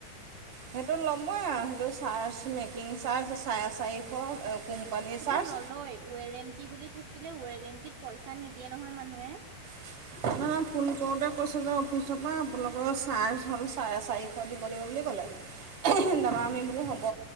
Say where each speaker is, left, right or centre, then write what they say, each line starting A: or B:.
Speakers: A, on the right; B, on the right.
A: সেইটো ল'বই আৰু সেইটো চাৰ্জ মেকিং চাৰ্জ চাৰে চাৰিশ। কোম্পানীৰ
B: কিন্তু
A: চাৰ্জ
B: নলয় ৱৰেণ্টি বুলি থাকিলে ৱৰেণ্টিত পইচা নিদিয়ে নহয় মানুহে।
A: <inaudible> ইমান ফোন কৰোঁতে কৈছোঁ যে অফিচৰ পৰা আপোনালোকৰ চাৰ্জ হ'ল চাৰে চাৰিশ দিব লাগিব বুলি ক'লে।
B: উম
A: যাবা আমি বোলো হ'ব।